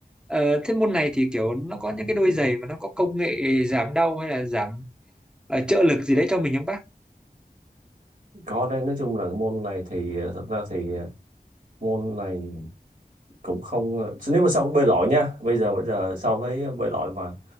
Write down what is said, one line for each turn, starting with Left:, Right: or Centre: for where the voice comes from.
Centre: ờ, thế môn này thì kiểu nó có những cái đôi giày mà nó có công nghệ giảm đau hay là giảm ờ, trợ lực gì đấy cho mình không bác?
Right: có đây nói chung là cái môn này thì ờ, thật ra thì ờ, môn này cũng không ờ, nếu mà so với bơi lội nha bây giờ bây giờ so với bơi lội mà